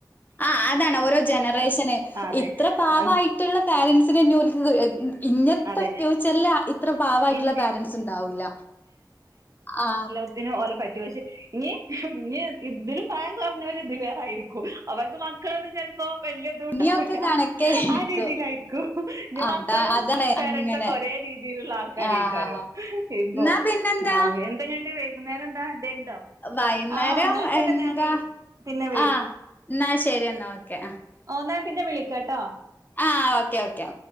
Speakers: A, on the left; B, on the right.
A: ആ അതാണ് ഓരോ ജനറേഷന്
B: അതെ
A: ഇത്ര പാവായിട്ടുള്ള
B: അഹ്
A: പാരൻറ്സിനെ ോലിക്ക് ഇന്നത്തെ
B: അതെ
A: ഫ്യൂച്ചറിൽ ഇത്ര പാവായിട്ടുള്ള
B: ഇനി
A: പാരന്റ്സ് ഉണ്ടാവൂില്ല ആ
B: ത്തിന് ഓല പറ്റ പക്ഷേ ഇനി ഇ ഇതിലും പറയന്ന് പറഞ്ഞ പോലെ ഇതിലേറായിരിക്കും അവർക്ക് മക്കളൊന്നും ചിലപ്പോ വലിയതും
A: ഇനിയൊക്കെ
B: ഉണ്ടാവില്ല
A: കണക്കേ ആയിരിക്കും
B: ആ രീതിയിലായിരിക്കും ഇ
A: അതാ
B: മക്കളും
A: അതാണ് അങ്ങനെ
B: ഒക്കെ ഒരേ രീതിയിലുള്ള ആൾക്കാരക്കാരോ
A: ആഹ്
B: ഇപ്പ
A: എന്നാ പിന്നെന്താ
B: ആ എന്തെ ട്ട് വൈകുന്നേര എന്താ എന്ത ഉണ്ടോ
A: വൈകുന്നേരം
B: ആഹ എന്നന്നായിായിക്കോട്ടെ
A: എന്താ
B: ഞാാനീ പിന്നെ വിളി
A: ആഹ് എന്നാ ശരി എന്നെന്നാ ഓക്കെ
B: ഒന്നാമ പി ഞെ വിളിക്ക കേട്ടോ
A: ആഹ് ഓക്കെ ഓക്കെ